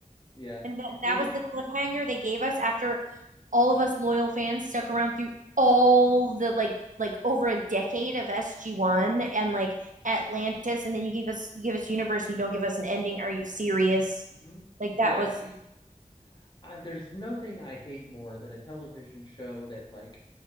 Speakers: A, on the left; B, on the right.
A: yeah.
B: And that
A: It
B: that was
A: is-
B: the cliffhanger they gave us after all of us loyal fans stuck around through all the like like over a decade of SG-1 and like Atlantis and then you give us you give us universe and you don't give us an ending. Are you serious?
A: Mhm.
B: Like that
A: Yeah.
B: was
A: e, I, there's nothing I hate more than a television show that like